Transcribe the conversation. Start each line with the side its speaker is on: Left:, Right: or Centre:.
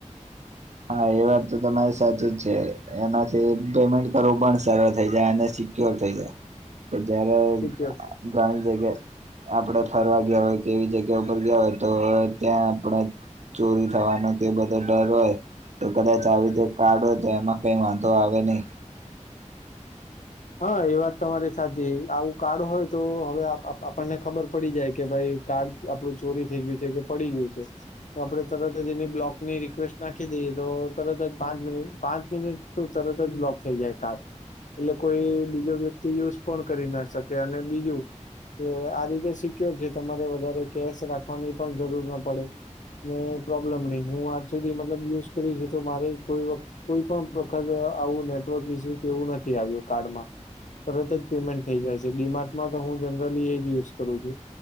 Right: હા એ વાત તો તમારે સાચી જ છે એમાંથી પેમેન્ટ કરવું પણ સરળ થઈ જાય અને સી ક્યોર થઈ જાય પણ જયારે
Left: સિક્યોર
Right: ગણ જગ્યા એ આપણે ફરવા ગયા હોય કે એવી જગ્યા ઉપર ગયા હોય તો ત્યાં આપણે ચોરી થવાનો કે એ બધો ડર હોય તો કદાચ આવી રીતે કાર્ડ હોય તો એમાં કઈ વાંધો આવે નહી
Left: હા એ વાત તમારી સાચી આવું કાર્ડ હોય તો હવે આપણને ખબર પડી જાય કે ભાઈ કાર્ડ ચોરી થઇ ગયું કે પડી ગયું છે. તો આપણે તરત જ એની રિકવેસ્ટ નાખી દઈએ તો તરત જ પાંચ મિનિટ પાંચ મિનિટ શું તરત જ બ્લોક થઈ જાય કાર્ડ એટલે કોઈ બીજો વ્યક્તિ યુઝ પણ કરી ના શકે અને બીજું કે આ રીતે સિક્યોર છે તમારે વધારે કેશ રાખવાની પણ જરૂર ના પડે ને પ્રોબ્લેમ નહી હું આજ સુધી મતલબ યુઝ કર છે તો મારે કોઈ કોઈ પણ પ્રકાર આવું નેટવર્ક વિશે કેવું નથી આવ્યું કાર્ડમાં તરત જ પેમેન્ટ થઈ જાય છે ડીમાર્ટમાં તો હું જનરલી એ જ યુઝ કરું છું.